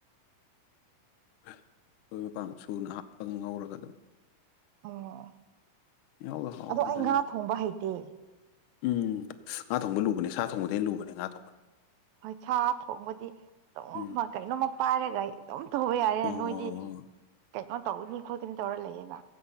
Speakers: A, on the left (about 75°); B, on the right (about 80°).
A: ꯃꯔꯣꯏ ꯃꯄꯥꯡ ꯁꯨꯅ ꯍꯥꯞꯄꯒ ꯉꯧꯔꯒ ꯑꯗꯨꯝ
B: ꯑꯣ
A: ꯌꯥꯎꯗ ꯍꯥꯎꯕꯅꯤꯗ
B: ꯑꯗꯣ ꯑꯩ ꯉꯥ ꯊꯣꯡꯕ ꯍꯩꯇꯦ
A: ꯎꯝ ꯉꯥ ꯊꯣꯡꯕ ꯂꯨꯕꯅꯦ ꯁꯥ ꯊꯣꯡꯕꯗꯒꯤꯩꯅ ꯂꯨꯕꯅꯦ ꯉꯥ ꯊꯣꯡꯕꯅ
B: ꯍꯣꯏ ꯁꯥ ꯊꯣꯡꯕꯗꯤ ꯑꯗꯨꯝ
A: ꯎꯝ
B: ꯀꯩꯅꯣꯝꯃ ꯄꯥꯏꯔꯒ ꯑꯗꯨꯝ ꯇꯧꯕ ꯌꯥꯔꯦꯅ
A: ꯍꯣꯏ ꯍꯣꯏ
B: ꯅꯣꯏꯗꯤ
A: ꯍꯣꯏ ꯍꯣꯏ ꯍꯣꯏ
B: ꯀꯩꯅꯣ ꯇꯧꯅꯤ ꯈꯣꯠꯀꯅꯤ ꯇꯧꯔ ꯂꯩꯌꯦꯦꯅ